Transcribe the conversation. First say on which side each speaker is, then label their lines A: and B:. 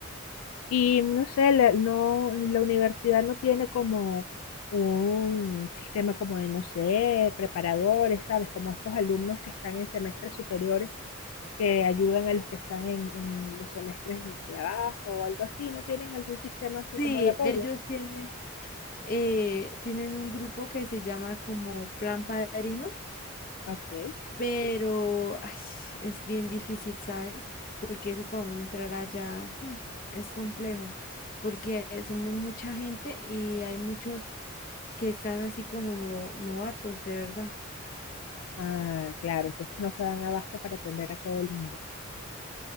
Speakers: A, on the left; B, on the left.
A: Y no sé, la, no, la universidad no tiene como un sistema como de, no sé, preparadores, ¿sabes? Como estos alumnos que están en semestres superiores que ayudan a los que están en, en los semestres de abajo o algo así, no tienen algún sistema así
B: Sí,
A: como de apoyo.
B: ellos tienen, eh, tienen un grupo que se llama como Plan Padrino,
A: Ok.
B: pero ay, es bien difícil, ¿sabe? Porque eso para uno entrar allá hmm, es complejo, porque somos mucha gente y hay muchos que están así como no, novatos, de verdad.
A: Ah, claro, entonces no se dan abasto para atender a todo el mundo.